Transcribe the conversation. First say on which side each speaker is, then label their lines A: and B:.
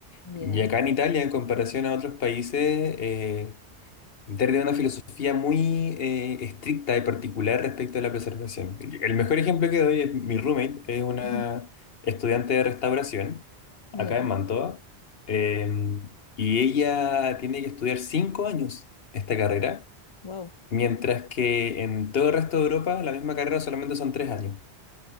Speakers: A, on the left; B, on the left.
A: Ya.
B: Y acá en Italia, en comparación a otros países, eh, Italia tiene una filosofía muy eh, estricta y particular respecto a la preservación. El mejor ejemplo que doy es mi roommate, es una
A: Ujú.
B: estudiante de restauración acá
A: Ya.
B: en Mantova, em, y ella tiene que estudiar cinco años esta carrera.
A: Wow.
B: Mientras que en todo el resto de Europa la misma carrera solamente son tres años.